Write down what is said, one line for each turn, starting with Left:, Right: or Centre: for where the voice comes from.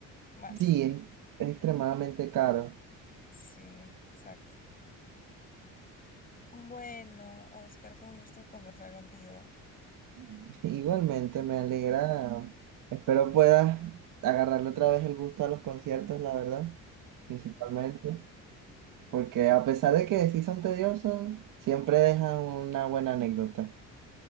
Left: más.
Right: Sí, es extremadamente caro.
Left: Sí, exacto. Bueno, Oscar, fue un gusto conversar contigo
Right: <laughs> Igualmente,
Left: acerca
Right: me
Left: de
Right: alegra.
Left: música.
Right: Espero puedas agarrarle otra vez el gusto a los conciertos, la verdad, principalmente. Porque a pesar de que sí son tediosos, siempre dejan una buena anécdota.